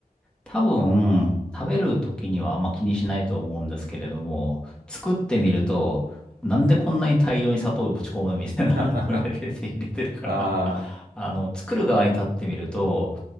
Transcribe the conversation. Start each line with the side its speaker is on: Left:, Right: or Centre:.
Centre: 多分、食べる時にはあんま気にしないと思うんですけれども、作ってみると、なんでこんなに大量に砂糖をぶち込むのみたいな、
Right: <laughs>
Centre: あのレベルで <laughs> 入れてるから
Right: ああ。
Centre: あの、作る側に立ってみると、